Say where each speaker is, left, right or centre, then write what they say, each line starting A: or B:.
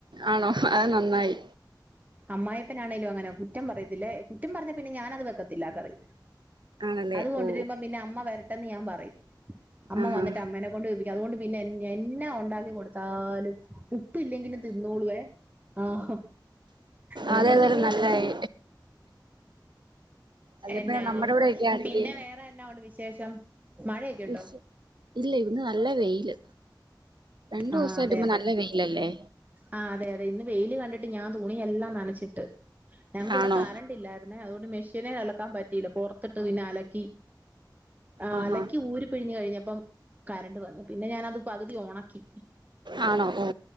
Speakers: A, on the right; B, on the right.
A: ആണോ അത് നന്നായി
B: അമ്മായിപ്പനാണേങ്കലോ അങ്ങനെ കുറ്റം പറയത്തില്ലേ കുറ്റം പറഞ്ഞ പിന്നെ ഞാനത് വെക്കത്തില്ല കറി
A: ആണല്ലേ
B: അത് കൊണ്ടിരിക്കമ്പ
A: ഓ
B: പിന്നെ അമ്മ വരടണ്ടെന്ന് ഞാൻ പറയും അമ്മ
A: ആ
B: വന്നിട്ട്
A: ആ
B: അമ്മനെ കൊണ്ട് വെപ്പി അതുകൊണ്ട് പിന്നെ എന്നന്ന ഉണ്ടാക്കി കൊടുത്താലും ഉപ്പ് ഇല്ലെങ്കിലും തിന്നളുവേ ആഹ് നമ്മള്
A: അതെതാലും
B: കൂട്ടി
A: നല്ലായി
B: നോക്കും
A: അല്ലെ
B: എന്നാ
A: പിന്നെ നമ്മുടെ ഇവിടെയൊക്കെ ആണെങ്കി
B: പിന്നെ വേറെന്നാ ഉണ്ട് വിശേഷം മഴയൊക്കെ
A: വിഷ്
B: ഉണ്ടോ
A: ഇല്ല ഇന്ന് നല്ല വെയില് രണ്ടു ദിവസമായിട്ട്പ
B: ആഹ് അതെ അതെ
A: നല്ല വെയിലല്ലേ
B: ആ അതെ അതെ ഇന്ന് വെയില് കണ്ടിട്ട് ഞാൻ തുണിയെല്ലാം നനച്ചിട്ട് ഞങ്ങക്ക് ഇവിടെ
A: ആണോ
B: കറണ്ട്ല്ല. പിന്നെ അതുകൊണ്ട് മെഷീനെ അലക്കാൻ പറ്റിയില്ല പുറത്തിട്ട് പിന്നെ അലക്കി ആ
A: ആഹാ
B: അലക്കി ഊര് പിഴിഞ്ഞഞ് കഴിഞ്ഞപ്പം കരണ്ട് വന്നു പിന്നെ ഞാനത് പകുതി ഉണക്കി
A: ആണോ ഓ